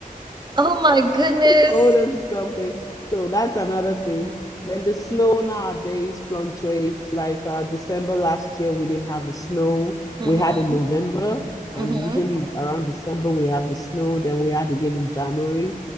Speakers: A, on the right (about 30°); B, on the left (about 25°).
A: Oh my goodness.
B: just hold on to something. So that's another thing. Then the snow nowadays fluctuates. Like uh, December last year, we didn't have the snow.
A: hmm
B: We had in November, and
A: hmm
B: usually it's around December we have the snow. Then we had again in January.